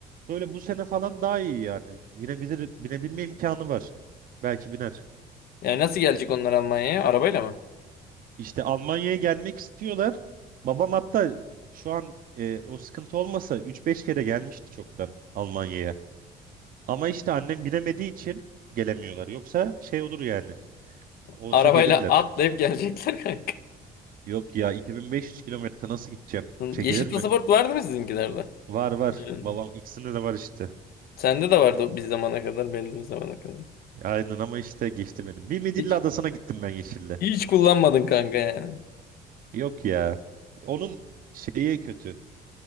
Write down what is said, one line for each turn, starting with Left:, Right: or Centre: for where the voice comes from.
Right: böyle bu sene falan daha iyi yani. Binebilir, binebilme imkanı var. Belki biner.
Left: Yani nasıl gelecek onlar Almanya'ya? Arabayla mı?
Right: İşte Almanya'ya gelmek istiyorlar. Babam hatta şu an e, o sıkıntı olmasa üç beş kere gelmişti çoktan Almanya'ya. Ama işte annem binemediği için gelemiyorlar. Yoksa şey olur yani. Olsa
Left: Arabayla
Right: gelirler.
Left: atlayıp gelecekler kanka.
Right: Yok ya 2500 kilometre nasıl gideceğim? Çekilir
Left: Yeşil
Right: mi?
Left: pasaport vardı mı sizinkilerde?
Right: Var var.
Left: Hmm.
Right: Babam ikisinde de var işte.
Left: Sende de vardı o bir zamana kadar belli bir zamana kadar.
Right: Aynen ama işte geçti benim. Bir Midilli
Left: Hiç,
Right: Adası'na gittim ben Yeşil'le.
Left: hiç kullanmadın kanka yani.
Right: Yok ya. Onun şeyi kötü.